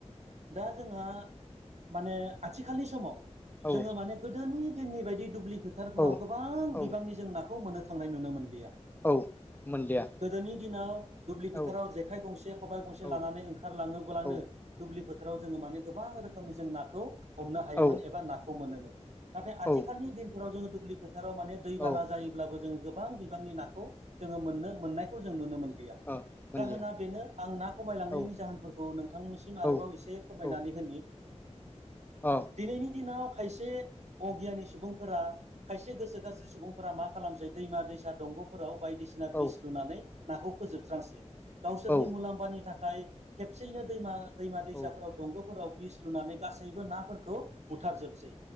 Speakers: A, on the right (about 70°); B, on the left (about 15°).
A: दा जोंहा माने आथिखालनि समाव
B: औ
A: जोङो माने गोदोनि दिननि बायदि दुब्लि फोथारफोराव
B: औ
A: गोबां
B: औ
A: बिबांनि जों ना मोननो थांनाय नुनो मोनलिया
B: औ मोनलिया
A: गोदोनि दिनाव दुब्लि फोथाराव
B: औ
A: जे गंसे खबाइ गंसे
B: औ
A: लानानै ओंखारलाङोब्लानो
B: औ
A: दुब्लि फोथाराव जोङो माने गोबां रोखोमनि जों नाखौ हमनो हायोमोन
B: औ
A: एबा नाखौ मोनोमोन नाथाय
B: औ
A: आथिखालनि दिनफोराव जोङो दुब्लि फो फोथाराव माने दैबाना
B: औ
A: जायोब्लाबो जोङो गोबां बिबांनि नाखौ जोङो मोननो मोननायखौ जों नुनो मोनो
B: औ मोनलिया
A: जाहोना दा बेनो आं ना खमायलांनायनि
B: औ
A: जाहोनफोरखौ नोंथांनिसिम
B: औ
A: आरोबाव एसे फोरमायनानै
B: औ
A: होनि
B: औ औ
A: दिनैनि दिनाव खायसे अगियानि सुबुंफोरा खायसे गोसो गास्रि सुबुंफोरा मा खालामसै दैमा दैसा दंग'फोराव बायदिसिना
B: औ
A: बिस लुनानै नाखौ फोजोबस्रांसै गावसोरनि
B: औ
A: मुलाम्फानि थाखाय खेबसेयैनो दैमा दैमा दैसाफोराव
B: औ
A: दंग'फोराव बिस लुनानै गासैबो नाफोरखौ बुथार जोबसै